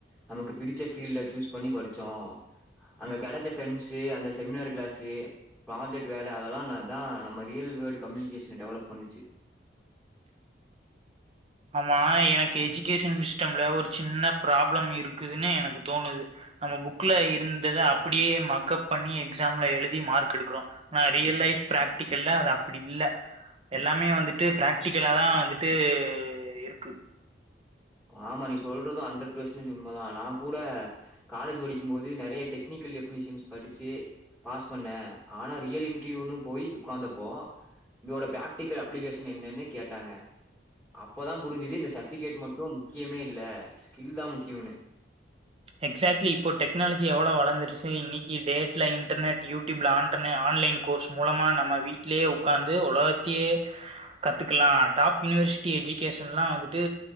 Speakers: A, in the centre; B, on the right (about 35°).
A: நமக்கு பிடிச்ச ஃபீல்ட சூஸ் பண்ணி படிச்சோ அங்க
B: ம்
A: கெடச்ச பிரெண்ட்ஸ்சு அந்த செமினார் கிளாசு ப்ராஜெக்ட் வேல அதெல்லா தா நம்ம ரியல் வேர்டு கம்யூனிகேஷன டெவலப் பண்ணுச்சு
B: ஆமா எனக்கு எஜுகேஷன் சிஸ்டம்ல ஒரு சின்ன ப்ராப்ளம் இருக்குதுன்னு எனக்கு தோணுது நம்ம புக்ல இருந்தத அப்படியே மக்கஅப் பண்ணி எக்ஸாம்ல எழுதி மார்க் எடுக்றோ ஆனா ரியல் லைஃப் பிராக்டிக்கல்ல அது அப்டி இல்ல எல்லாமே வந்துட்டு பிராக்டிகலாதா வந்துட்டு இருக்கு
A: ஆமா நீ சொல்றதும் ஹண்ட்ரட் பெர்சன்டேஜ் உண்மதா நா கூட காலேஜ் படிக்குபோது நெறைய டெக்னிக்கல் டெஃபினிஷன்ஸ் படிச்சு பாஸ் பண்ணே ஆனா ரியல் இன்ட்ர்வியூன்னு போய் ஒக்காந்தப்போ இதோட பிராக்டிகல் அப்ளிகேஷன் என்னன்னு கேட்டாங்க அப்பதா புரிஞ்சுது இந்த சர்டிபிகேட் மட் முக்கியமே இல்ல ஸ்கில் தா முக்கியனு
B: எகஸாக்ட்லி இப்போ டெக்னாலஜி எவ்ளோ வளந்துருச்சு இன்னைக்கு டேட்ல internet YouTube and online course மூலமா நம்ம வீட்லயே ஒக்காந்து உலகத்தையே கத்துக்கலா டாப் யூனிவர்சிட்டி எஜுகேஷன்ல்லா வந்துட்டு